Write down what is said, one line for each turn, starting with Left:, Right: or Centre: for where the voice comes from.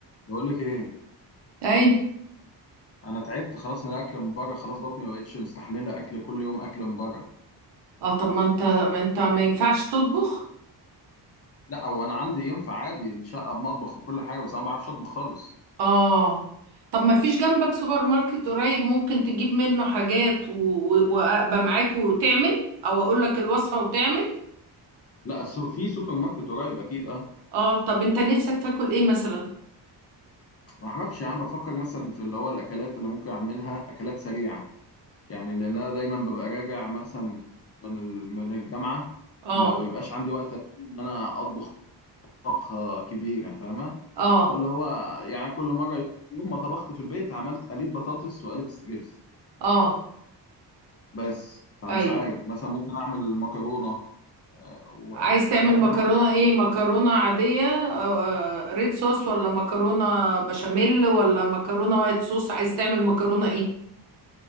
Left: بقول لك ايه
Right: اي
Left: انا تعبت خلاص من الاكل من بره خلاص بطني ما بقتش مستحمله اكل كل يوم اكل من بره
Right: اه طب ما انت ما انت ما ينفعش تطبخ
Left: لا هو انا عندي ينفع عادي الشقه بمطبخ وكل حاجه بس انا ما بعرفش اطبخ خالص
Right: اه طب ما فيش جنبك سوبر ماركت قريب ممكن تجيب منه حاجات و- و- وابقى معاك وتعمل او اقول لك الوصفة وتعمل
Left: لا السو- في سوبر ماركت قريب اكيد اه
Right: اه طب انت نفسك تاكل ايه مثلا
Left: ما اعرفش يعني بفكر مثلا في اللي هو الاكلات اللي ممكن اعملها اكلات سريعه يعني لان انا دايما ببقى راجع مثلا من ال- من الجامعه
Right: اه
Left: ما بيبقاش عندي وقت ان انا اطبخ طبخه كبيره فاهمه
Right: اه
Left: فاللي هو يعني كل مره يوم ما طبخت في البيت عملت قليت بطاطس وقليت ستريبس
Right: اه
Left: بس فمش
Right: ايوه
Left: عارف مثلا ممكن اعمل مكرونه آه، ومش
Right: عايز تعمل
Left: عارف
Right: مكرونة
Left: يعني مكرونه
Right: ايه مكرونة عادية أو آه، ريد صوص ولا مكرونة بشاميل ولا مكرونة وايت صوص عايز تعمل مكرونة ايه